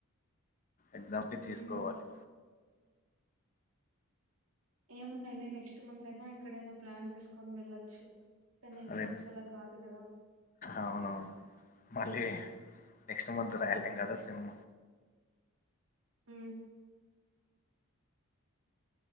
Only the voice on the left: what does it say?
ఎగ్జామ్ కి
తీసుకోవాలి
అదే
అవునవును మళ్ళీ నెక్స్ట్ మంత్ రాయాలి ఎమ్ కదా సెమ్